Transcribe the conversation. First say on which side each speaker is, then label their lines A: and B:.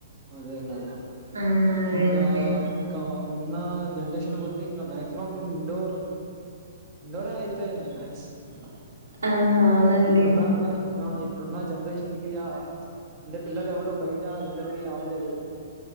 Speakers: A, on the right (about 35°); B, on the right (about 85°).
A: అదే కదా
B: ఆ అదే
A: ఇంకా
B: అండి
A: ఇంకా ఉన్న జనరేషన్ కొద్ది ఇంకా మాక్సిమం ఇండోర్ ఇండోరే అయితయిండి మ్యాక్స్ ఇంకా
B: ఆ అవునండి
A: ఇప్పుడున్న ఆ ఇప్పుడున్న జనరేషన్ కి ఆ అంటే పిల్లలు ఎవరు బయట ఇక్కడ ఎండకు తిరిగి ఆకలి లేదు